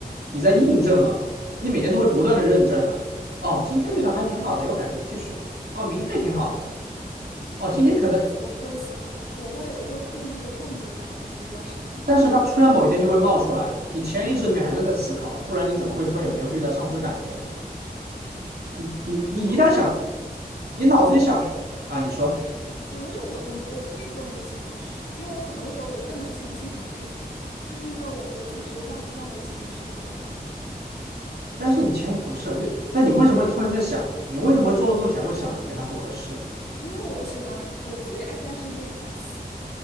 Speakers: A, on the right; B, on the left.
A: 你在印证啊，
B: 嗯。
A: 你每天都会不断的认证啊，哦，今天对他还挺好的，有感觉，继续，哦，明天也挺好的。哦，
B: 我不我不会，
A: 今天可能
B: 我不会思考，我会我会刻意的冻结大脑，在这段时间里，
A: 但是他突然某一天就会冒出来，
B: 我不会大脑影响我。
A: 你潜意识里面还是在思考啊，不然你怎么会突然有一天会对他丧失感觉呢？你你你一旦想，
B: 不会啊，我
A: 你脑子里想啊，
B: 我觉得，
A: 你说，
B: 我觉得我我我可以冻结潜意识，因为我很多时候我根本记不清很多事情，就是因为我我就直接让让我潜意识也忘了。
A: 但是你前也不是啊对，但你为什么会突然在想呢？你为什么会做了梦前会想你跟他不合适？
B: 因为我喜欢我最爱干的事情就是反思，